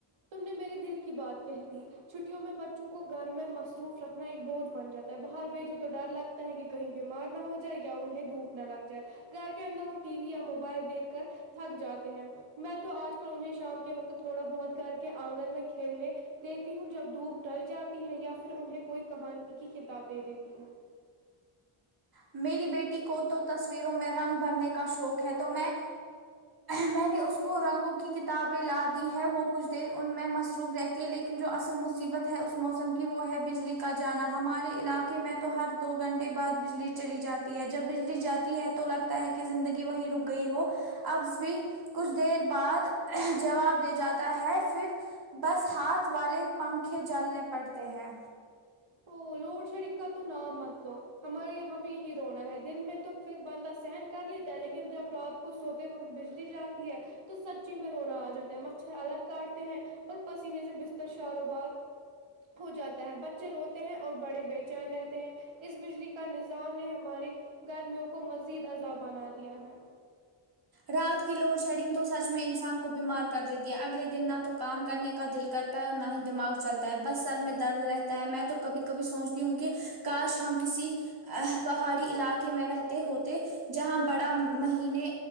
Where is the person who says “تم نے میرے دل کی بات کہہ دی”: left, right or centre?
Right